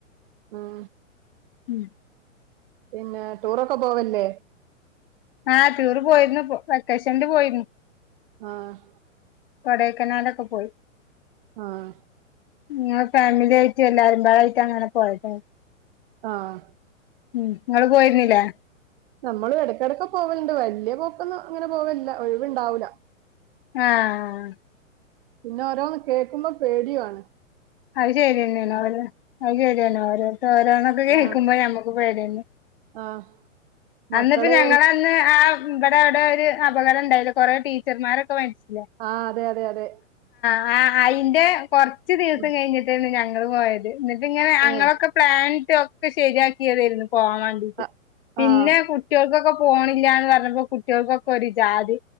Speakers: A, on the right; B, on the left.
A: ഉം
B: ഉം
A: പിന്നെ ടൂറൊക്കെ പോവലില്ലേ?
B: ആഹ് ടൂറ് പോയിരുന്നു ഇപ്പോ വെക്കേഷനില് പോയിരുന്നു
A: ആഹ്
B: കൊടൈക്കനാലൊക്കെ പോയി
A: ആഹ്
B: ഇങ്ങളെ ഫാമിലി ആയിറ്റ് എല്ലാരുമ്പാടെ ആയിറ്റ് അങ്ങനെ പോയതാ
A: ആഹ്
B: ഉം ഇങ്ങള് പോയിരുന്നില്ലേ?
A: നമ്മളു എടക്കടക്ക പോവൽണ്ട് വല്ല്യ പോക്കൊന്നു അങ്ങന പോവല്ല ഒഴിവുണ്ടാവൂല
B: ആ, ആ, ആ.
A: പിന്നെ ഒരാന്ന് കേക്കുമ്പോ പേടിയാണ്
B: അത് ശരിന്നെണ്. ഓരോ അത് ശരിയന്നെ, ഓരോട്ത്ത് ഓരോന്നൊക്കെ കേക്കുമ്പോ
A: ആഹ്
B: ഞമ്മക്ക് പേട്യന്നെ.
A: ആഹ് മക്കള്
B: അന്നിപ്പ ഞങ്ങളന്ന് ആ ഇവിടെ, അവിടെ ഒരു അപകടം ഉണ്ടായിലെ? കൊറേ ടീച്ചർമാരൊക്കെ മരിച്ച്? <inaudible>
A: ആഹ അതെ അതെ അതെ
B: ആ. അയിന്റെ കുറച്ച ദിവസം
A: ഉം
B: കഴിഞ്ഞിട്ടേന്ന് ഞങ്ങള് പോയത്. ന്നട്ട് ഇങ്ങനെ, അങ്ങനൊക്കെ
A: ഏഹ്
B: പ്ലാനിട്ട് ഒക്കെ ശരിയാക്കിയതേര്ന്ന്. പോവാൻ വാണ്ടിട്ട്.
A: ആഹ്
B: പിന്നെ,
A: ആഹ്
B: കുട്ടികൾക്കൊക്കെ <inaudible> പോണില്ലാന്ന് പറഞ്ഞപ്പോ, കുട്ടിയോൾക്കൊക്കെ ഒരു ജാതി.